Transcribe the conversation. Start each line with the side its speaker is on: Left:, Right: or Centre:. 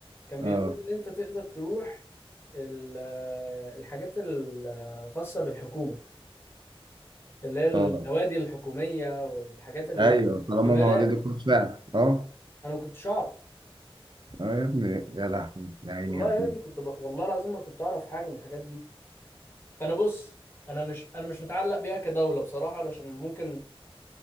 Left: كان بيقول
Right: اه
Left: لي ان انت تقدر تروح ال- الحاجات الخاصة بالحكومة اللي هي النوادي
Right: اه
Left: الحكومية والحاجات اللي
Right: ايوه
Left: هي
Right: طالما
Left: ببلاش
Right: مواليد فعلا اه
Left: انا ما كنتش اعرف
Right: اه يا ابني يا لهوي يا عيني
Left: والله
Right: يا ابني
Left: يا ابني كنت ب... والله العظيم ما كنت اعرف حاجه من الحاجات دي فانا بص انا مش انا مش متعلق بيها كدوله بصراحه علشان ممكن